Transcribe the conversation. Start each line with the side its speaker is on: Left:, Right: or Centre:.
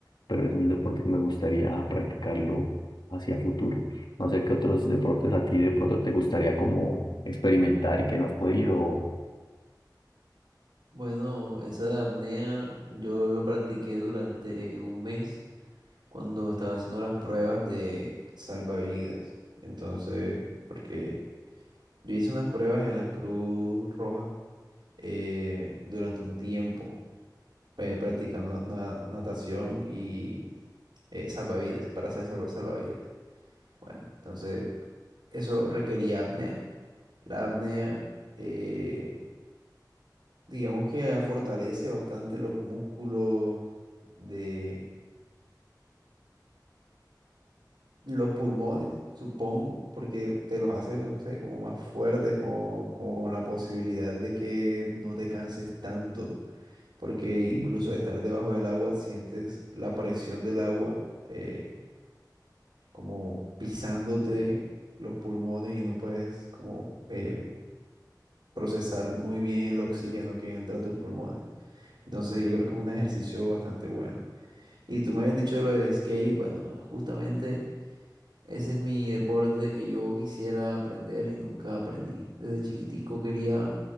Left: pero es un deporte que me gustaría practicarlo hacia futuro. No sé qué otros deportes a ti de pronto te gustaría como experimentar y que no has podido.
Right: Bueno, esa de apnea yo lo practiqué durante un mes. cuando estaba haciendo las pruebas de salvavidas. Entonces, porque yo hice unas pruebas en la Cruz Roja eh, durante un tiempo, eh, practicando na- natación y eh, salvavidas, para hacer salva- salvavidas. Bueno, entonces eso requería apnea. La apnea, eh, digamos que fortalece bastante los músculos de Los pulmones, supongo, porque te los hace, no sé, como más fuertes, como, como con la posibilidad de que no te canses tanto, porque
Left: Ujú.
Right: incluso de estar debajo del agua sientes la presión del agua eh, como pisándote los pulmones y no puedes como eh, procesar muy bien el oxígeno que entra a tus pulmones. Entonces yo creo que es un ejercicio bastante bueno. Y tú me habías dicho lo del skate, bueno, justamente... Ese es mi deporte que yo quisiera aprender y nunca aprendí. Desde chiquitico quería